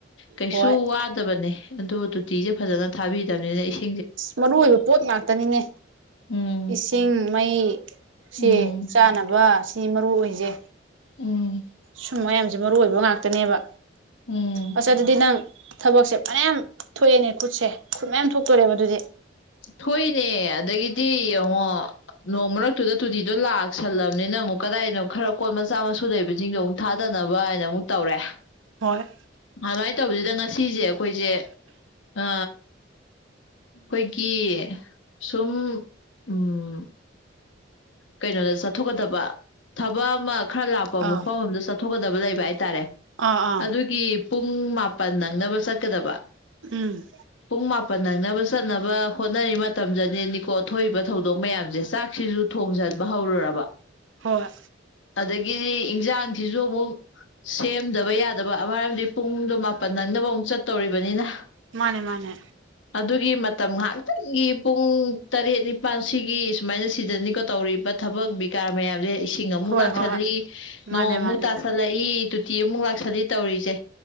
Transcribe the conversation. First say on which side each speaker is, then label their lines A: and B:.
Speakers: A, on the left; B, on the right.
A: ꯀꯩꯁꯨ
B: ꯍꯣꯏ ꯑꯁ
A: ꯋꯥꯗꯕꯅꯦ꯫ ꯑꯗ ꯇꯣꯇꯤꯁꯦ ꯐꯖꯅ ꯊꯥꯕꯤꯗꯕꯅꯤꯅ ꯁꯤꯡ
B: ꯃꯔꯨ ꯑꯣꯏꯕ ꯄꯣꯠ ꯉꯥꯛꯇꯅꯤꯅꯦ
A: ꯎꯝ
B: ꯏꯁꯤꯡ ꯃꯩ
A: ꯎꯝ
B: ꯁꯦ ꯆꯥꯅꯕ ꯁꯤ ꯃꯔꯨ ꯑꯣꯏꯖꯦ꯫
A: ꯎꯝ
B: ꯁꯨꯝꯕ ꯃꯌꯥꯝꯖꯦ ꯃꯔꯨ ꯑꯣꯏꯕ ꯉꯥꯛꯇꯅꯦꯕ꯫
A: ꯎꯝ
B: ꯑꯁ ꯑꯗꯨꯗꯤ ꯅꯪ ꯊꯕꯛꯁꯦ ꯃꯌꯥꯝ ꯊꯣꯛꯑꯦꯅꯦ ꯈꯨꯠꯁꯦ ꯈꯨꯠ ꯃꯌꯥꯝ ꯊꯣꯛꯇꯣꯔꯦꯕ ꯑꯗꯨꯗꯤ
A: ꯊꯣꯛꯏꯅꯦ ꯑꯗꯒꯤꯗꯤ ꯌꯦꯡꯉꯣ ꯅꯣꯡ ꯃꯔꯛꯇꯨꯗ ꯇꯨꯇꯤꯗꯣ ꯂꯥꯛꯁꯜꯂꯕꯅꯤꯅ ꯑꯃꯨꯛ ꯀꯗꯥꯏꯅꯣ ꯈꯔ ꯀꯣꯜ ꯃꯆꯥ ꯃꯁꯨ ꯂꯩꯕꯁꯤꯡꯗꯣ ꯊꯥꯗꯅꯕ ꯍꯥꯏꯅ ꯑꯃꯨꯛ ꯇꯧꯔꯦ꯫
B: ꯍꯣꯏ
A: ꯑꯗꯨꯃꯥꯏꯅ ꯇꯧꯕꯁꯤꯗ ꯉꯁꯤꯁꯦ ꯑꯩꯈꯣꯏꯁꯦ ꯑ ꯑꯩꯈꯣꯏ ꯁꯨꯝ ꯎꯝ ꯀꯩꯅꯣꯗ ꯆꯠꯊꯣꯛꯀꯗꯕ ꯊꯕꯛ ꯑꯃ ꯈꯔ ꯂꯥꯞꯄ
B: ꯑꯥ
A: ꯃꯐꯝ ꯑꯃꯗ ꯊꯣꯛꯀꯗꯕ ꯂꯩꯕ ꯍꯥꯏꯇꯥꯔꯦ
B: ꯑꯥ ꯑꯥ
A: ꯑꯗꯨꯒꯤ ꯄꯨꯡ ꯃꯥꯄꯜ ꯅꯪꯅꯕ ꯆꯠꯀꯗꯕ
B: ꯎꯝ
A: ꯄꯨꯡ ꯃꯥꯄꯟ ꯅꯪꯅꯕ ꯆꯠꯅꯕ ꯍꯣꯠꯅꯔꯤ ꯃꯇꯝꯗꯅꯦꯀꯣ ꯊꯣꯛꯏꯕ ꯊꯧꯗꯣꯛ ꯃꯌꯥꯝꯁꯦ ꯆꯥꯛꯁꯤꯁꯨ ꯊꯣꯡꯖꯟꯕ ꯍꯧꯔꯨꯔꯕ
B: ꯍꯣ ꯍꯣꯏ꯫
A: ꯑꯗꯒꯤꯗꯤ ꯏꯟꯁꯥꯡꯁꯤꯁꯨ ꯑꯃꯨꯛ ꯁꯦꯝꯗꯕ ꯌꯥꯗꯕ ꯃꯔꯝꯗꯤ ꯄꯨꯡꯗꯣ ꯃꯥꯄꯜ ꯅꯪꯅꯕ ꯑꯃꯨꯛ ꯆꯠꯇꯧꯔꯤꯕꯅꯤꯅ
B: ꯃꯥꯅꯦ ꯃꯥꯅꯦ
A: ꯑꯗꯨꯒꯤ ꯃꯇꯝ ꯉꯥꯏꯍꯥꯛꯇꯪꯒꯤ ꯄꯨꯡ ꯇꯔꯦꯠ ꯅꯤꯄꯥꯜ ꯁꯤꯒꯤ ꯁꯨꯃꯥꯏꯅ ꯁꯤꯗꯅꯤꯀꯣ ꯇꯧꯔꯤꯕ ꯊꯕꯛ ꯕꯤꯀꯥꯔ ꯃꯌꯥꯝꯁꯦ ꯏꯁꯤꯡ ꯑꯃꯨꯛ
B: ꯍꯣꯏ
A: ꯂꯥꯛꯁꯤꯜꯂꯤ
B: ꯍꯣꯏ ꯃꯥꯅꯦ
A: ꯅꯣꯡ ꯑꯃꯨꯛ
B: ꯃꯥꯅꯦ
A: ꯇꯥ ꯍꯂꯛꯏ ꯇꯨꯇꯤ ꯑꯃꯨꯛ ꯂꯥꯛꯁꯜꯂꯤ ꯇꯧꯔꯤꯁꯦ